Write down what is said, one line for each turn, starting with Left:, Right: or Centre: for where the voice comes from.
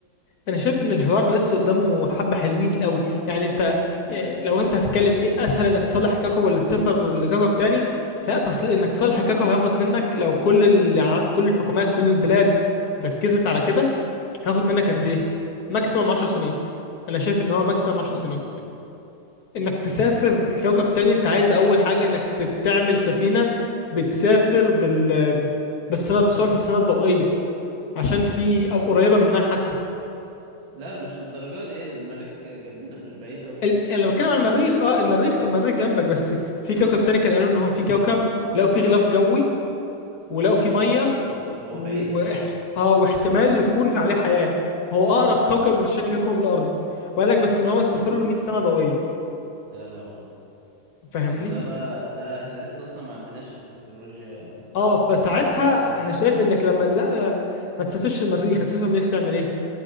Left: انا شايف ان الحوار لسه قدامه حبة حلوين قوي يعني انت إيه، لو انت هتتكلم ايه الاسهل انك تصلح كاكو ولا تسافر لكاكو تاني لا تصل انك تصلح
Right: مم.
Left: كاكو هياخد منك لو كل اللي عارف كل الحكومات كل البلاد ركزت على كده هياخد منك قد ايه ماكسيمم 10 سنين انا شايف ان هو ماكسيمم 10
Right: مم.
Left: سنين انك تسافر لكوكب تاني انت عايز اول حاجة انك تت- تعمل سفينة بتسافر بال بالسنة بسرعة السنة الضوئية عشان في او قريبة منها حتى
Right: لا مش للدرجة دي يعني المريخ جنبنا مش بعيد أوي ست
Left: ال...
Right: شهور
Left: انا لما بتكلم
Right: تقريبا
Left: على المريخ اه المريخ المريخ جنبك بس في كوكب تاني كان قالوا ان هو في كوكب لقوا فيه غلاف جوي ولقوا فيه
Right: اه
Left: ميه
Right: اللي هو
Left: و...
Right: بعيد أوي ده
Left: اه واحتمال يكون عليه حياه هو اقرب كوكب لشكل كوكب الارض وقال لك بس ان هو
Right: مم.
Left: تسافر له 100 سنه ضوئيه
Right: يا لهوي
Left: فاهمني
Right: ما ده بقى ده احنا لسه اصلا ما عندناش التكنولوجيا
Left: اه فساعتها
Right: علشان نعمل حاجة زي
Left: انا
Right: كده
Left: شايف انك لما لا ما تسافرش المريخ هتسافر المريخ تعمل ايه